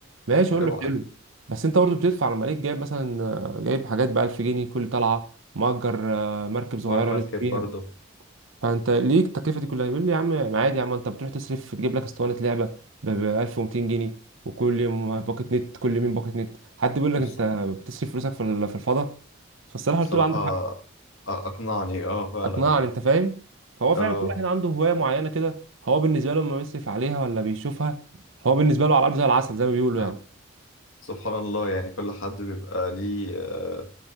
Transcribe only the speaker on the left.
اوعى
والمركب
برضه
بص-
بصراحة
أ- اقنعني اه فعلا
يعني
اه
آه.
سبحان الله يعني كل حد بيبقى ليه آه،